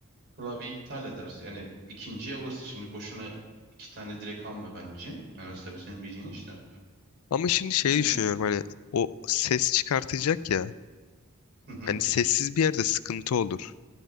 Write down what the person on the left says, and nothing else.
Ama şimdi şey
düşünüyorum hani o ses çıkartacak ya.
Hani sessiz bir yerde sıkıntı olur